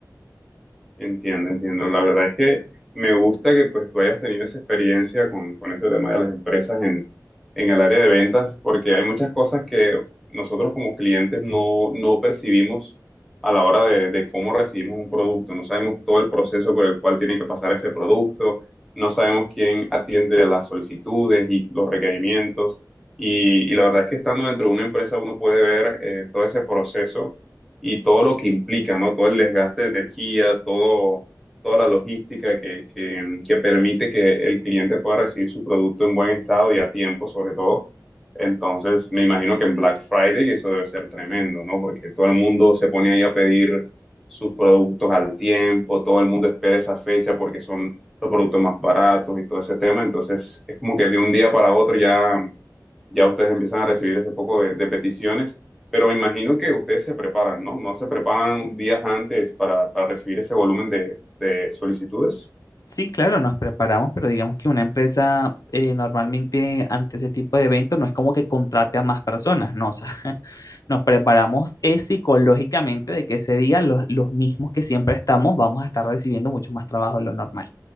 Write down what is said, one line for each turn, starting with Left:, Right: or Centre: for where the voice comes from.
Centre: Entiendo, entiendo. La verdad es que me gusta que pues tú hayas tenido esa experiencia con, con este tema de las empresas en, en el área de ventas, porque hay muchas cosas que nosotros como clientes no, no percibimos a la hora de, de cómo recibimos un producto. No sabemos todo el proceso por el cual tiene que pasar ese producto, no sabemos quién atiende las solicitudes y los requerimientos. Y, y la verdad es que estando dentro de una empresa uno puede ver eh, todo ese proceso y todo lo que implica, ¿no? Todo el desgaste de energía, todo, toda la logística que, que, que permite que el cliente pueda recibir su producto en buen estado y a tiempo, sobre todo. Entonces, me imagino que en Black Friday eso debe ser tremendo, ¿no? Porque todo el mundo se pone ahí a pedir sus productos al tiempo, todo el mundo espera esa fecha porque son los productos más baratos y todo ese tema. Entonces, es como que de un día para otro ya ya ustedes empiezan a recibir ese poco de, de peticiones, pero me imagino que ustedes se preparan, ¿no? ¿No se preparan días antes para, para recibir ese volumen de, de solicitudes?
Left: Sí, claro, nos preparamos, pero digamos que una empresa eh, normalmente ante ese tipo de eventos no es como que contrate a más personas, no, o sea, <laughs> nos preparamos eh, psicológicamente de que ese día los, los mismos que siempre estamos vamos a estar recibiendo mucho más trabajo de lo normal.